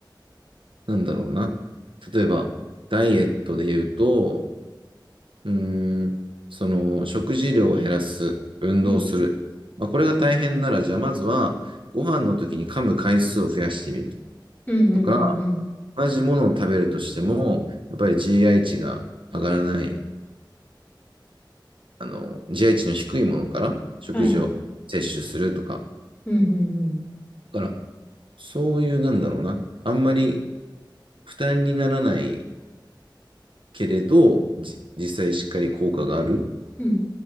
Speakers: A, on the right (about 90°); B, on the left (about 20°).
A: なんだろうな。例えば、ダイエットで言うと、うーん、その食事量を減らす、運動する。
B: うん。
A: まあ、これが大変なら、じゃあまずはご飯の時に噛む回数を増やしてみる
B: うん、うん、
A: とか、
B: うん、うん。
A: 同じものを食べるとしても、やっぱり GI 値が上がらない、あの、GI 値の低いものから食事を摂取するとか、
B: はい。うん、うん、うん。
A: だからそういうなんだろうな、あんまり負担にならないけれど、じ実際しっかり効果がある
B: うん。